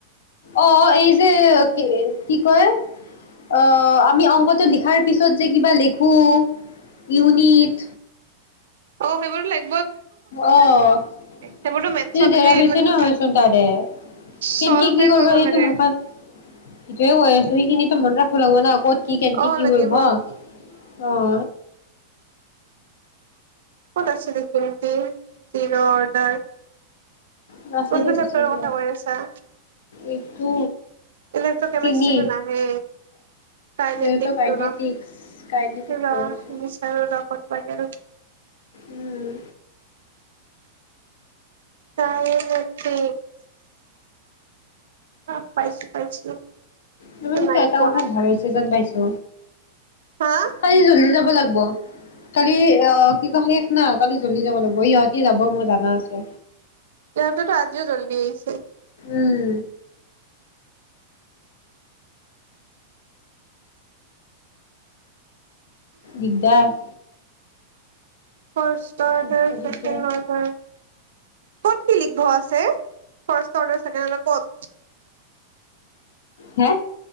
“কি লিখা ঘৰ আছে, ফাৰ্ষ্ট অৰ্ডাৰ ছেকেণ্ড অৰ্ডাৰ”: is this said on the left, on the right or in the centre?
Right